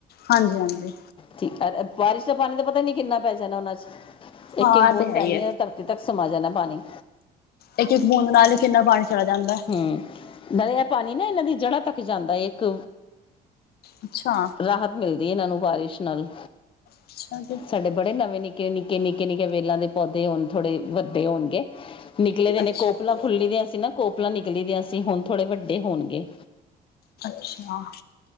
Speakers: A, on the left; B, on the left.
A: ਹਾਂਜੀ -ਹਾਂਜੀ
B: ਠੀਕ ਬਾਰਿਸ਼ ਦਾ ਪਾਣੀ ਦਾ ਪਤਾ ਹੀ ਨ ਕਿੰਨਾ ਪੈ ਜਾਣਾ ਉਹਨਾਂ 'ਚ ਇੱਕ
A: ਹਾਂ
B: ਇੱਕ ਬੂੰਦ
A: ਇਹ ਤੇ
B: ਪੈਣੀ
A: ਹੀ
B: ਹੈ ਧਰਤ ਤੱਕ ਸਮਾ ਜਾਣਾ ਪਾਣੀ
A: ਇੱਕ -ਇੱਕ ਬੂੰਦ ਨਾਲ ਹੀ ਕਿੰਨਾ ਪਾਣੀ ਚਲਾ ਜਾਂਦਾ। ਹੈ।
B: ਹਾਂ ਨ ਦਾ ਪਾਣੀ ਨਾ ਇਹਨਾਂ ਦੀ ਜੜ੍ਹਾਂ ਤੱਕ ਜਾਂਦਾ ਹੈ ਇੱਕ
A: ਅੱਛਾ
B: ਰਾਹਤ ਮਿਲਦੀ ਇਹਨਾਂ ਨੂੰ ਬਾਰਿਸ਼ ਨਾਲ
A: ਅੱਛਾ ਜੀ,
B: ਸਾਡੇ ਬੜੇ ਨਵੇਂ ਨਿ ਨਿੱਕੇ- ਨਿੱਕੇ- ਨਿੱਕੇ- ਨਿੱਕੇ ਵੇਲਾਂ ਦੇ ਪੌਦੇ ਹੋਣ ਥੋੜ੍ਹੇ ਵੱਡੇ ਹੋਣਗੇ ਨਿਕਲੇ ਦੇ ਨੇ
A: ਅੱਛਾ,
B: ਕੋਪਲਾਂ ਫੁੱਲੀ ਦੀਆਂ ਸੀ ਨਾ ਕੋਪਲਾਂ ਨਿਕਲੀ ਦੀਆਂ ਸੀ ਹੁਣ ਥੋੜੇ ਵੱਡੇ ਹੋਣਗੇ।
A: ਅੱਛਾ